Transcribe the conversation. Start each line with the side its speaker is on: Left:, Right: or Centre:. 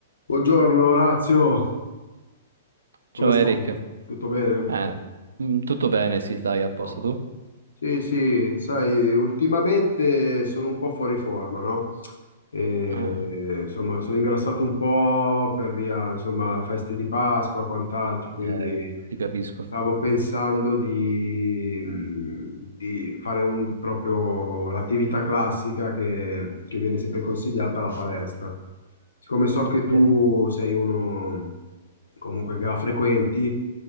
Left: Buongiorno Orazio,
Right: Ciao
Left: come stai?
Right: Eric,
Left: Tutto bene?
Right: eh, mm, tutto bene, sì, dai,
Left: A
Right: a posto
Left: posto.
Right: tu?
Left: Sì, sì, sai, ultimamente sono un po' fuori forma, no? E,
Right: Ah,
Left: insomma, sono ingrassato un po' per via, insomma, feste di Pasqua, quant'altro, quindi
Right: eh, ti capisco.
Left: stavo pensando di, mh, di fare un, proprio l'attività classica che, che viene sempre consigliata alla palestra. Siccome so
Right: Ok.
Left: che tu sei uno comunque che la frequenti,